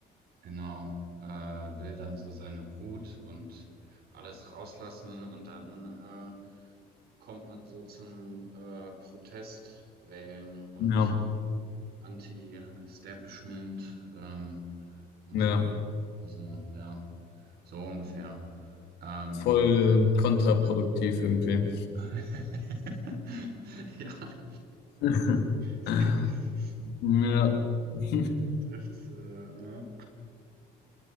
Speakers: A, on the right; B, on the left.
A: genau äh, will dann so seine Wut und alles rauslassen und dann äh, kommt man so zum äh, Protest wählen und
B: ja,
A: Anti-Establishment ähm, und
B: ja.
A: so. Also, ja, so ungefähr. Ähm,
B: Voll kontraproduktiv irgendwie.
A: <laughs> ja,
B: <laughs>
A: safe.
B: Ja. <laughs>
A: Das trifft's. Äh, äh.